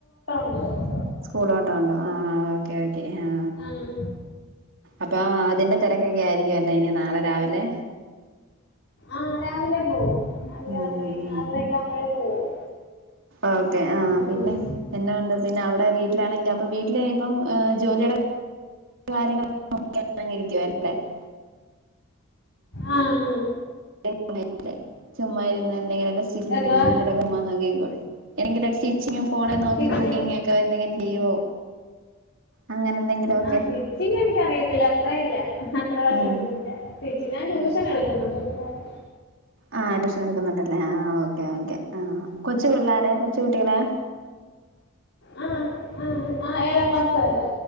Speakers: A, on the left; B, on the right.
A: <unintelligible> <inaudible>
B: സ്കൂൾ ഓട്ടോ ഉണ്ടോ ആഹ് ഓക്കേ ഓക്കേ ആ
A: ഉം.
B: അപ്പൊ അതിന്റെ തിരക്കൊക്കെ ആയിരിക്കുവല്ലേ ഇനി നാളെ രാവിലെ
A: ആഹ രാവിലെ പോവും രാവിലെ
B: മ്മ്
A: ആറ് മണി ആറരയൊക്കെ ആകുമ്പോഴേ പോവും
B: ഓക്കെ ആഹ
A: ഉം.
B: പിന്നെ എന്നെ ഉണ്ട് പിന്നെ അവിടെ വീട്ടിലാണെങ്കിൽ അപ്പൊ വീട്ടില ഇപ്പം ജോലീടെ കാര്യങ്ങൾ <unintelligible>
A: ആഹ ആഹ്ഹ്
B: <unintelligible> ചുമ്മാ ഇരുന്ന് <unintelligible>
A: എന്തുവാ
B: <inaudible> ചേച്ചി ഫോണ് നോക്കി
A: സ്റ്റിച്ചിങ്
B: കുക്കിംഗ്‌ ഓ ക്കെ എന്തെങ്കിലും ചെയ്യുവോ അങ്ങനെ എന്തെങ്കിലുമൊക്കെ
A: ആഹ സ്റ്റിച്ചിങ് എനിക്കറിയത്തില്ല അത്ര ഇല്ല അത്ര വശം
B: ഉം
A: ഒന്നുമില്ല ചേച്ചി ഞാൻ ട്യൂഷൻ എടുക്കുന്നുണ്ട് പിള്ളേരെ
B: ആഹ് ട്യൂഷൻ എടുക്കുന്നുണ്ടല്ലേ ആഓ ഓ ആ കൊച്ചു പിള്ളോര കൊച്ചു കുട്ടികളെ
A: ആ ആ ആ ഏഴാം ക്ലാസ് വരെ